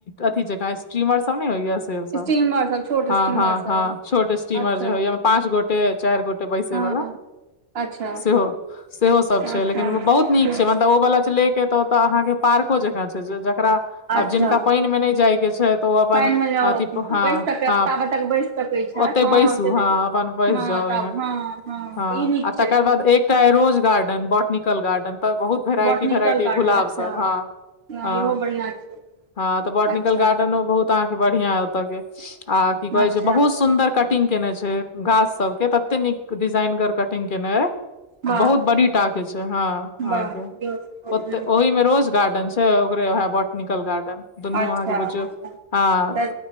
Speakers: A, on the left; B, on the right.
A: अथी जे स्ट्रीमर सभ ने होइय। सभ
B: स्टीमर सब छोट
A: हँ,
B: स्टीमर
A: हँ,
B: सब
A: हँ, छोटे स्टीमर
B: अच्छा
A: जे होइय, ओहिमे पाँच गोटे। चारि गोटे बैसऽ
B: हँ
A: वला
B: अच्छा
A: सेहो सेहो सभ छै,
B: अच्छा
A: मुदा बहुत नीक
B: तो-
A: छै, मतलब ओ वला लऽ के तऽ। तऽ अहाँके पार्को जेका छै, जकरा।
B: अच्छा
A: आब जिनका पाइनमे नहि जाइके छै, तऽ ओ अपन
B: पानि मे
A: अछि हँ,
B: बैस सक
A: हँ।
B: ताबे तक बैस सकै छथि
A: ओते बैसू,
B: से
A: हँ,
B: तऽ ठीक।
A: अपन बैस
B: हँ
A: जाउ ओहिमे
B: तब हँ
A: हँ,
B: तऽ ई नीक
A: आ
B: छै
A: तकर बाद एकटा। रोज गार्डन, बॉटनिकल गार्डन तऽ बहुत भेरायटी
B: बोटनिकल
A: भेरायटी
B: गार्डन
A: गुलाब
B: अच्छा
A: सभ हँ। हँ
B: इहो बढ़िया छै
A: हँ, तऽ बॉटनिकल
B: अच्छा
A: गार्डनहुँ बहुत। तऽ अहाँकेँ बढ़िया ओतऽ के आ की कहै
B: अच्छा
A: छै, बहुत सुन्दर कटिंग। कटिंग केने छै घास सभके, तते नीक डिजाइनगर कटिंग केने छै।
B: वाह
A: बहुत बड़का टा छै हँ, अहाँकेँ
B: वाह इहो सब बहुत बढ़िआँ।
A: ओहि में रोज गार्डन छै। ओकरे ओ बॉटेनिकल गार्डन। दुनू
B: अच्छा
A: अहाँके बुझियौ
B: अच्छा,
A: हँ
B: तऽ